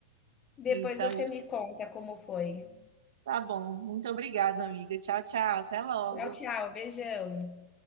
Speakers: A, on the left; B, on the right.
A: <laughs> Depois
B: Então,
A: você me conta como foi.
B: tá bom. Muito obrigada, amiga. Tchau, tchau. Até logo.
A: Tchau, tchau, beijão.